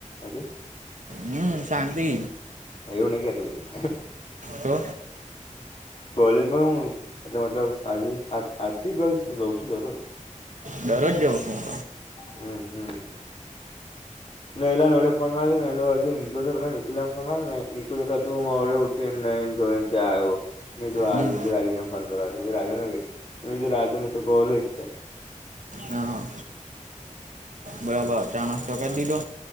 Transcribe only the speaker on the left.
હજી
એવું ની કેતો તઈ
કોલેજમાં હું એટલે મતલબ આજે આજથી ગ હું જઉં છું દરરો
હમ હમ ને એલા નડે ફોન માર્યો ને એલો હજી ઊંઘતો હતો પેલા નિકુલે એમ ફોન માર્યો ને નિકુલે હજુ હું હવડે ઉઠીને નઈને ધોઈને ત્યાં આવ્યો મેં કીધું હારું
મેં કીધું રાજનને ફોન કરવા દે મેં કીધું રાજનને કઈ મેં કીધું રાજનને તો કોલેજ છે